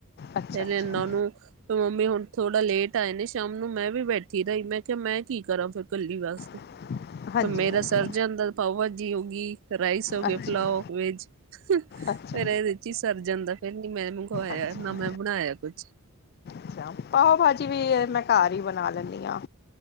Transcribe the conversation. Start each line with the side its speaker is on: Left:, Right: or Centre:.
Left: ਅੱਛਾ
Right: ਪਹਿਲੇ
Left: ਅੱਛਾ
Right: ਇਹਨਾਂ ਨੂੰ ਮੰਮੀ ਹੁਣ ਥੋੜਾ ਲੇਟ ਆਏ ਨੇ ਸ਼ਾਮ ਨੂੰ, ਮੈਂ ਵੀ ਬੈਠੀ ਰਹੀ ਮੈਂ ਕਿਹਾ ਮੈਂ ਕੀ ਕਰਾਂ ਫਿਰ ਇਕੱਲੀ ਵਾਸਤੇ
Left: <inaudible>
Right: ਮੇਰਾ
Left: ਹਾਂਜੀ
Right: ਸਰ ਜਾਂਣਦਾ ਪਾਓ ਭਾਜੀ ਹੋ ਗਈ, ਰਾਈਸ ਹੋ ਗਏ,
Left: ਅੱਛਾ
Right: ਪਲਾਓ ਵੇਜ ਫੇਰ
Left: ਅੱਛਾ
Right: ਇਹਦੇ ਚ ਹੀ ਸਰ ਜਾਂਦਾ, ਫੇਰ ਨੀ ਮੈਂ ਮੰਗਵਾਇਆ
Left: ਅੱਛਾ
Right: ਨਾ ਮੈਂ ਬਣਾਇਆ ਕੁਝ।
Left: ਅੱਛਾ ਪਾਓ ਭਾਜੀ ਵੀ ਮੈਂ ਘਰ ਹੀ ਬਣਾ ਲੈਂਦੀ ਹਾਂ।